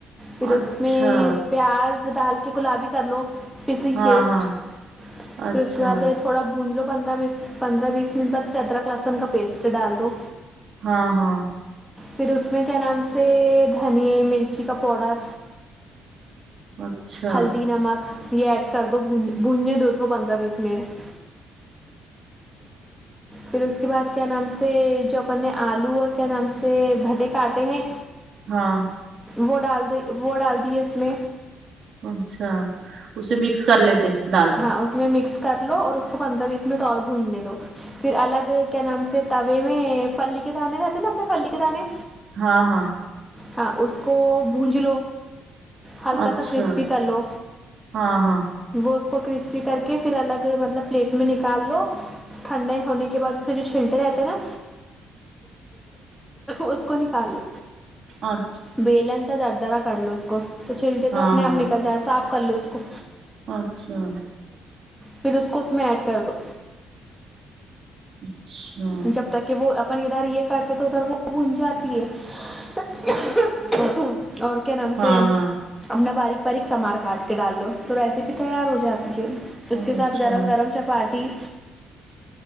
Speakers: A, in the centre; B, on the right.
A: پھر
B: اچھا
A: اس میں پیاز ڈال کے گلابی کر لو پسی
B: ہاں
A: پیسٹ
B: ہاں اچھا
A: پھر اس کے بعد تھوڑا بون لو پندرہ من پندرہ بیس منٹ بعد پھر ارک لہسن کا پیسٹ ڈال دو
B: ہاں ہاں
A: پھر اس میں کیا نام سے دھن مرچی کا پاؤڈر
B: اچھا
A: ہلدی نمک یہ ایڈ کر دو بو بھننے دو اس کوو پندرہ بیس منٹ پھر اس کی بعد کیا نام سے جو اپن نے الو اور کیا نام سے بھٹے کاٹے ہیں
B: ہاں
A: وہ ڈال دی وہ ڈال دی ہے اس میں
B: اچھا اسے مکس کر لیتے دال کے
A: ہاں اس میں مکس کر لو اور اس کو پندرہ بیس منٹ اور بھوننے دو پھر الگ کیا نام سے تے میں پلی کے دانے رہتے نا اپنے پھلی کے دانے
B: ہاں ہاں
A: ہاں اس کو بھونج لو ہلکا
B: اچھا
A: سا کرسپی کر لو
B: ہاں ہاں
A: وہ اس کو کرسپی کر کے پھر الگ مطلب پلیٹ میں نکال لو ٹھنڈے ہونے کے بعد پھر جو چھلٹے رہتے ہیں نا اس کو نکال لو
B: اور
A: بیلن سے در درا کر لو اس کو تو چلٹے
B: ہاں
A: تو اپنے آپ
B: ہاں
A: نکل جائے صاف کر لو اس کو
B: اچھا
A: پھر اس کو اس میں ایڈ کر دو
B: اچھا
A: جب تک کہ وہ اپن ادھر یہ کرتے تو ادھر وہ بن جاتی ہے اور کیا نام
B: ہاں
A: سے
B: ہاں
A: اپنا باریک باریک سمار کاٹ کے ڈال لو تو ریسیپی تیار ہو جاتی ہے اس کے
B: اچھا
A: ساتھ گرم گرم چپاٹی